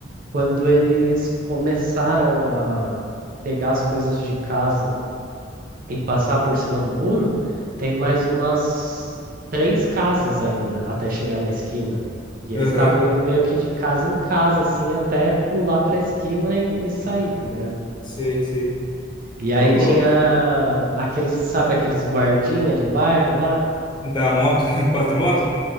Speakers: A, on the right (about 45°); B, on the left (about 25°).
A: quando eles começaram a pegar as coisas de casa e passar por cima do muro, tem mais umas três casas ainda até chegar na esquina. E
B: Aham.
A: eles estavam indo meio que de casa em casa, assim, até pular pra esquina e, e sair, tá ligado?
B: Sei, sei.
A: E
B: Ô,
A: aí
B: louco.
A: tinha aqueles, sabe, aqueles guardinha de bairro lá?
B: Da moto, <laughs> passa de moto?